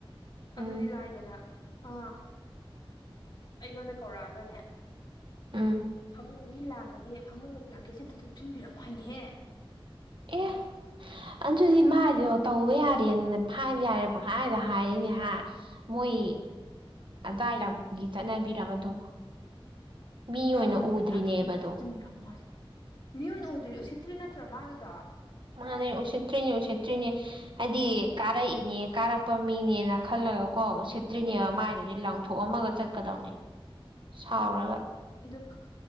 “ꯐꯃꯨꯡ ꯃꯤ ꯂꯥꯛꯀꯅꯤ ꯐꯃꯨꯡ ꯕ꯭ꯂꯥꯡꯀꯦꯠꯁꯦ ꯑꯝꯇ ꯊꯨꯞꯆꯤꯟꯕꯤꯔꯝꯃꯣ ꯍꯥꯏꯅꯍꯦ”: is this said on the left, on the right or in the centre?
Left